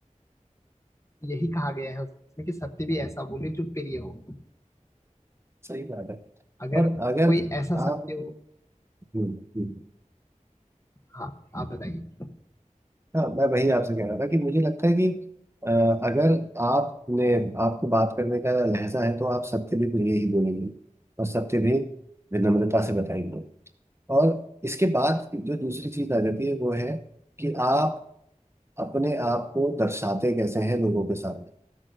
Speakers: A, on the left; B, on the right.
A: यही कहा गया है उसमें कि सत्य भी ऐसा बोले जो प्रिय हो
B: सही बात है
A: अगर
B: और अगर
A: कोई ऐसा सत्य
B: आप
A: हो
B: हम्म, हम्म,
A: हाँ आप बताइए
B: हाँ मैं वही आपसे कह रहा था कि मुझे लगता है कि अ, अगर आपने आपको बात करने का लहजा है तो आप सत्य भी प्रिय ही बोलेंगे और सत्य भी विनम्रता से बताएंगे और इसके बाद जो दूसरी चीज आ जाती है वो है कि आप अपने आप को दर्शाते कैसे हैं लोगों के सामने